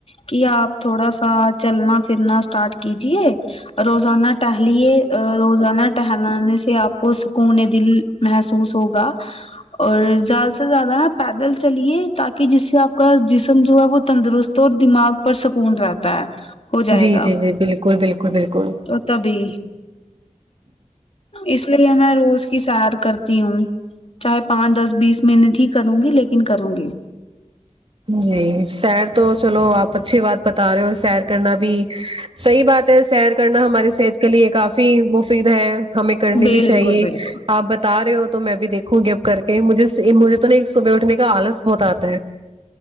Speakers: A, on the left; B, on the right.
A: کی آپ تھوڑا سا چلنا پھرنا اسٹارٹ کیجیے روزانہ ٹہلیے روزانہ ٹہلانے سے آپ کو سکون دل محسو ہوگا اور زیادہ سے زیادہ نا پیدل چلیے تاکی جس سے آپ کا جسم جو ہے وہ تندرست تو اور دماغ پر سکون رہتا ہے ہو جائے
B: جی
A: گا
B: جی جی بالکل بالکل بالکل
A: تو تبھی اس لیے میں روز کی سیر کرتی ہوں چاہے پانچ دس بیس محنت ہی کروں گی لیکن کروں گی
B: جی سیر تو چلو آپ اچھی بات بتا رہے ہو سیر کرنا بھی صحیح بات ہے سیر کرنا ہماری صحت کے لیے کافی مفید ہے ہمیں کرنی
A: بالکل
B: بھی چاہیے
A: بالکل
B: آپ بتا رہے ہو تو میں بھی دیکھ کھو گی اب کر کے مجھے مجھے تو نا صبح اٹھنے کا آلس بہت آتا ہے